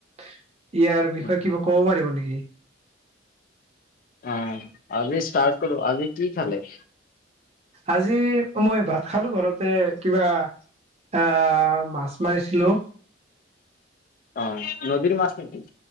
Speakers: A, on the right (about 35°); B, on the left (about 45°).
A: ইয়াৰ বিষয়ে
B: উম
A: কিবা ক'ব পাৰিব নেকি
B: অ আজি ষ্টাৰ্ট কৰো আজি কি খালে।
A: আজি মই ভাত খালো ঘৰতে কিবা আহ মাছ মাৰিছিলো
B: অ নদীৰ মাছ নেকি